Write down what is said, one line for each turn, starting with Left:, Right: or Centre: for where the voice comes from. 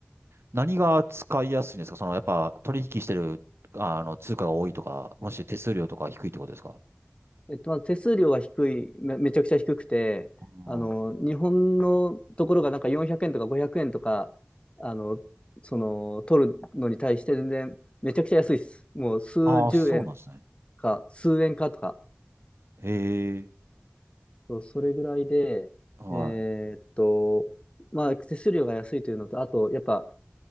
Right: 何が使いやすいんですかその、やっぱ取引してる、あの、通貨が多いとか、もし手数料とか低いってことですか
Left: えっと、まず手数料が低い、め、めちゃくちゃ低くて、
Right: あー
Left: あの、日本のところがなんか400円とか500円とか、あの、その、取るのに対して全然めちゃくちゃ安いです。もう数十円
Right: あー、そうなんですね。
Left: か、数円かとか、
Right: へえ、
Left: そうそれぐらいで、
Right: は
Left: えーっと、まあ、手数料が安いというのと、あと、やっぱ、